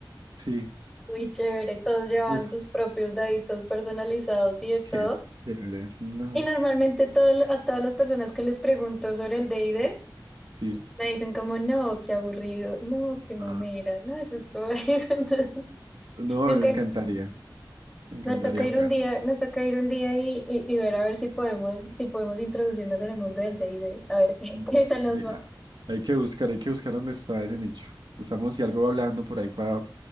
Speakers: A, on the right; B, in the centre.
A: sí.
B: Muy chévere, todos llevaban
A: Uf,
B: sus propios daditos personalizados y de todo.
A: qué chévere. No,
B: Y normalmente todo, lo- a todas las personas que les pregunto sobre el D&D,
A: sí.
B: me dicen como, no, qué aburrido, no, qué mamera,
A: No,
B: no, eso es como... <laughs> Entonces,
A: no,
B: Nunca,
A: a mí me encantaría. Me encantaría
B: nos toca ir
A: jugar.
B: un día, nos toca ir un día y, y, y ver a ver si podemos, si podemos introducirnos en el mundo del D&D, a ver qué,
A: Bueno,
B: <laughs> qué tal nos
A: hay,
B: va.
A: hay que buscar, hay que buscar dónde está ese nicho. Estamos y algo hablando por ahí para